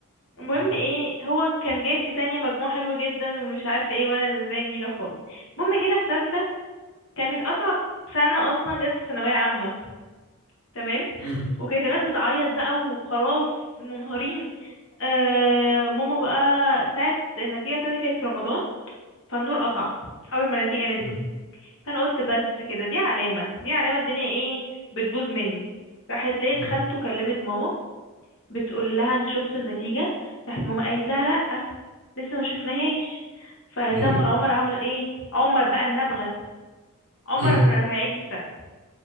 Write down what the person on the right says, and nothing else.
مم.
مم.
مم.
مم.
مم.
مم. مم.